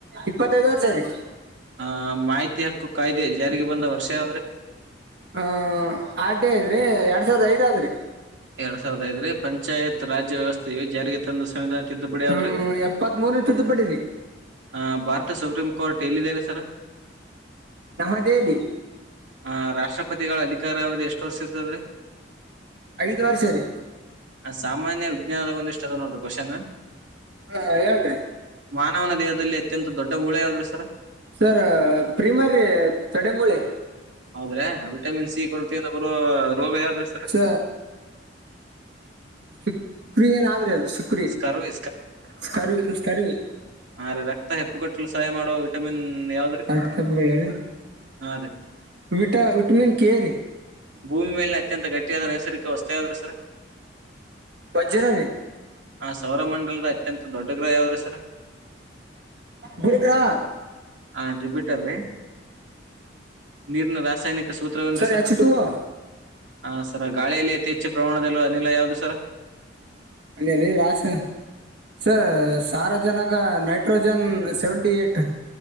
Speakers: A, on the right; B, on the right.
A: ಇಪ್ಪತ್ತೈದುವರೆ ಸಾರಿ
B: ಆ ಮಾಹಿತಿ ಹಕ್ಕು ಕಾಯ್ದೆ ಜಾರಿಗೆ ಬಂದ ವರ್ಷ ಯಾವದ್ರಿ
A: ಹ ಆರ್ ಡೇ ಇದ್ರಿ ಎರಡ್ ಸಾವಿರದ ಐದ್ ಆದ್ರಿ
B: ಎರಡ್ ಸಾವಿರದ ಐದ್ರೀ ಪಂಚಾಯತ್ ರಾಜ್ಯ ವ್ಯವಸ್ಥೆ ಇ ಜಾರಿಗೆ ತಂದ ಸಂವಿಧಾನ ತಿದ್ದುಪಡಿ ಯಾವ್ದ್ರಿ?
A: ಹ್ಮ್ ಎಪ್ಪತ್ತ್ ಮೂೂರನ ತುತ್ತಪಟ್ಟಿದವಿ
B: ಹ ಭಾರತ ಸುಪ್ರೀಂ ಕೋರ್ಟ್ ಎಲ್ಲಿದ್ದಾರೆ ಸರ್
A: ನಾ ಮತ್ತ ಹೇಳಿ
B: ಆ ರಾಷ್ಟ್ರಪತಿಗಳ ಅಧಿಕಾರ ಅವಧಿ ಎಷ್ಟ ವರ್ಷ ಇರ್ತದ್ರೀ
A: ಐದುವಾರ ಸರಿ
B: ಸಾಮನ್ಯಜ್ಞಾನದ ಒಂದಷ್ಟ ಅ ನೋಡರಿ ಕ್ವಶ್ನ್
A: ಹಾ ಹೇಳನ್ೀ
B: ಮಾನವನ ದೇಹದಲ್ಲಿ ಅತ್ಯಂತ ದೊಡ್ಡ ಮೂಳೆ ಯಾವ್ದ್ರೆ ಸರ
A: ಸರ್ ಪ್ರೀಮರ್ ರೀ ತಡೆ ಮೂಳೆ
B: ಹೌದ್ರೆ ವಿಟಮಿನ್ ಸಿ ಕೊರತ ಅಂದ್ರ ಬರ ರೋಗ ಯಾವ್ರರು
A: ಸ ಸುಕ್ರಿಯಏನಾದ್ರೆ ಅದು ಸ ಕು
B: ಸ್ಕರ್ವಿ
A: ಸ್ರ್ ಸ್ಕರ್ವಿ
B: ಹಾ ರೀ ರಕ್ತ ಹೆಪ್ಪು ಕಟ್ಟಲು ಸಹಾಯ ಮಾಡೋ ವಿಟಮಿನ್ ಯಾವ್ದ್ರೆ
A: ಅಗ್ಥಬ್ಳರಿ
B: ಹಾ ರೀ
A: ವಿಟ ವಿಟಮೀನ್ ಕೇರಿ
B: ಭೂಮಿ ಮೇಲೆನೆ ಅತ್ಯ ಗಟ್ಟಿಯಾದ ನೈಸರ್ಗಿಕ ವಸ್ತ ಯಾವ್ದ್ರು ಸರ
A: ಬಜ್ಜರವಿ
B: ಹ ಸೌರಮಂಡಲದ ಅತ್ಯಂತ ದೊಡ್ಡ ಗ್ರಹ ಯಾವ್ದ್ರಿ ಸರ.
A: ಗುರು ಗ್ರಹ
B: ಹಾ ಜುಪಿಟರೀ ನೀರಿನ ರಾಸಾಯನಿಕ ಸೂತ್ರವೇನ್ರೀ
A: ಸರ್
B: ಸರ
A: ಎಚ್ ಟು ಓ
B: ಹಾ ಸರ ಗಾಳಿಯಲ್ಲಿ ಅತಿ ಹೆಚ್ಚು ಪ್ರಮಾಣದಲ್ಲೂ ಅನಿಲ ಯಾವುದು ಸರ.
A: ಅಲ್ಲಿಲ್ಲಿ ರಾಸ ಸರ್ ಸಾರಜನಕ ನೈಟ್ರೋಜನ್ ಸೆವೆಂಟಿ ಏಟ್.